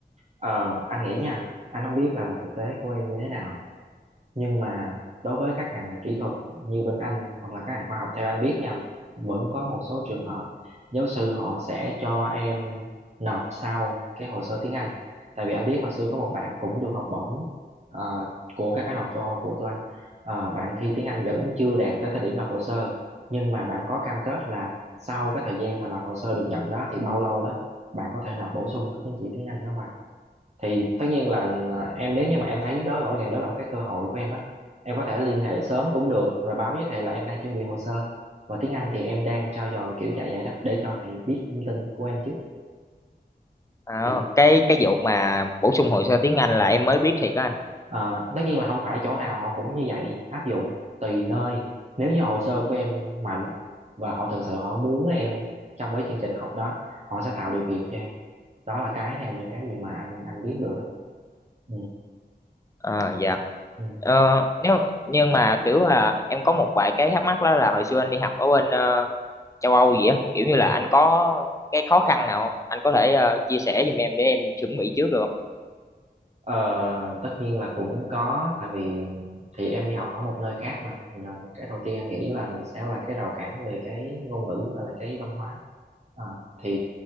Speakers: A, on the right; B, on the left.
A: Ờ, anh nghĩ nha anh không biết là thực tế của em như thế nào nhưng mà đối với các ngành kỹ thuật như bên anh hoặc là các ngành khoa học theo anh biết nha vẫn có một số trường hợp giáo sư họ sẽ cho em nộp sau cái hồ sơ tiếng Anh tại vì anh biết hồi xưa có một bạn cũng được học bổng ờ, của cái phái đoàn châu Âu của tụi anh Ờ, bạn thi tiếng Anh vẫn chưa đạt tới thời điểm nộp hồ sơ nhưng mà bạn có cam kết là sau cái thời gian mà nộp hồ sơ được nhận đó thì bao lâu đó bạn có thể nộp bổ sung cái chứng chỉ tiếng Anh đó vào thì tất nhiên là à, em nếu như mà em thấy đó gọi ngày đó là một cái cơ hội của em á em có thể liên hệ sớm cũng được rồi báo với thầy là em đang chuẩn bị hồ sơ và tiếng Anh thì em đang trau dồi kiểu dạy vậy đó để cho thầy biết thông tin của em trước
B: Ờ,
A: thì
B: cái cái vụ mà bổ sung hồ sơ tiếng Anh là em mới biết thiệt á anh
A: ờ, tất nhiên là không phải chỗ nào họ cũng như vậy áp dụng tùy nơi nếu như hồ sơ của em mạnh và họ thực sự họ muốn em trong cái chương trình học đó họ sẽ tạo điều kiện cho em đó là cái theo những cái gì mà anh anh biết được đó ừ,
B: Ờ, dạ
A: ừ,
B: Ờ, nếu nhưng mà kiểu là em có một vài cái thắc mắc đó là hồi xưa anh đi học ở bên ờ, châu Âu vậy á, kiểu như là
A: ừ.
B: anh có cái khó khăn nào không? Anh có thể ờ, chia sẻ giùm em để em chuẩn bị trước được không?
A: Ờ, tất nhiên là cũng có tại vì thì em đi học ở một nơi khác mà Thì là cái đầu tiên anh nghĩ là sẽ là cái rào cản về cái ngôn ngữ và là cái văn hóa Ờ, thì